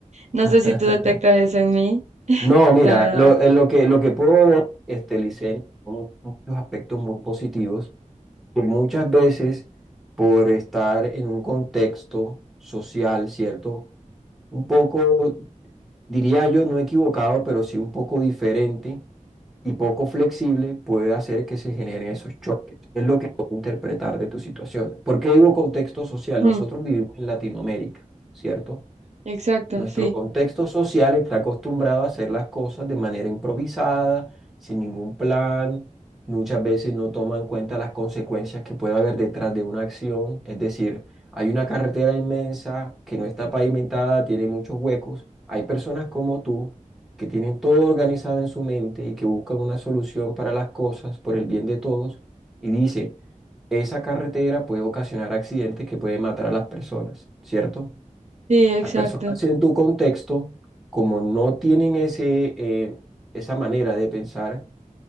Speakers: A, on the right; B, in the centre.
A: No
B: <laughs>
A: sé si tú detectas eso en mí,
B: No, mira,
A: la verdad.
B: lo, eh, lo que, lo que puedo ver, este, Licen, son muchos aspectos muy positivos, que muchas veces por estar en un contexto social, ¿cierto? Un poco, diría yo, no equivocado, pero sí un poco diferente y poco flexible, puede hacer que se generen esos choques. Es lo que puedo interpretar de tu situación. ¿Por qué digo contexto social?
A: Mm,
B: Nosotros vivimos en Latinoamérica, ¿cierto?
A: exacto,
B: Nuestro
A: sí,
B: contexto social está acostumbrado a hacer las cosas de manera improvisada, sin ningún plan. Muchas veces no toma en cuenta las consecuencias que puede haber detrás de una acción. Es decir, hay una carretera inmensa que no está pavimentada, tiene muchos huecos. Hay personas como tú que tienen todo organizado en su mente y que buscan una solución para las cosas por el bien de todos y dice, esa carretera puede ocasionar accidentes que pueden matar a las personas, ¿cierto?
A: sí, exacto.
B: Las personas en tu contexto, como no tienen ese, eh, esa manera de pensar,